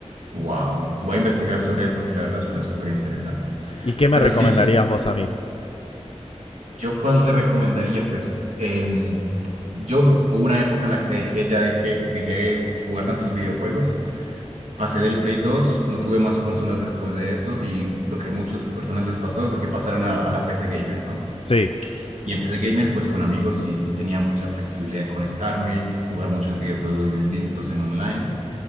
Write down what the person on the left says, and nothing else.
¿Y qué me
recomendarías
vos a mí?
Sí,